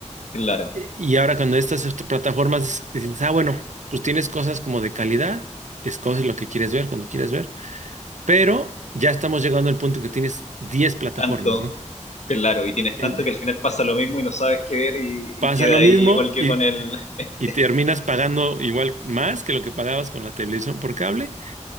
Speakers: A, on the left; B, on the right.
A: Claro,
B: Y ahora cuando estas este, plataformas dices, ah, bueno, pues tienes cosas como de calidad, escoges lo que quieres ver cuando quieres ver, pero ya estamos llegando al punto que tienes 10 plataformas,
A: tanto,
B: ¿no?
A: claro, y tienes
B: En-
A: tanto que al final pasa lo mismo y no sabes qué ver y,
B: Pasa
A: y queda
B: lo
A: ahí
B: mismo
A: igual que
B: y,
A: con el... <laughs>
B: y terminas pagando igual más que lo que pagabas con la televisión por cable